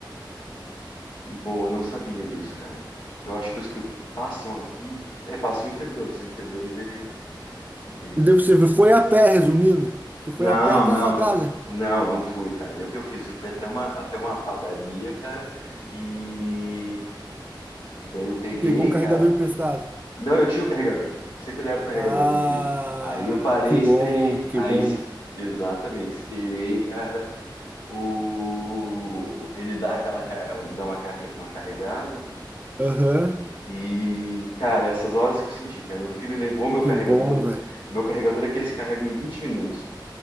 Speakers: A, on the left (about 80°); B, on the right (about 20°).
A: boa, eu não sabia disso, cara. Eu acho que os que o que passam aqui, é, passa o Inter 2. O Inter 2 ele ele
B: E daí você foi a pé, resumindo. Você foi
A: Não,
B: a pé até
A: não,
B: a sua casa.
A: não. Não, não fui, cara. Daí o que eu fiz? Eu fui até uma até uma padaria, cara, e e daí eu peguei,
B: Pegou um carregador
A: cara.
B: emprestado.
A: Não, eu tinha o carregador. Sempre levo o carregador
B: Ah,
A: comigo. Aí eu parei,
B: que
A: esperei.
B: bom, que
A: Aí,
B: bom.
A: es- exatamente, esperei, cara. o, ele dá aquela ca- um, dá uma, carre- uma carregada
B: Aham,
A: e, cara, essas horas que eu senti, cara, meu filho levou meu
B: que
A: carregador.
B: bom, velho.
A: O meu carregador é que eles carregam em 20 minutos.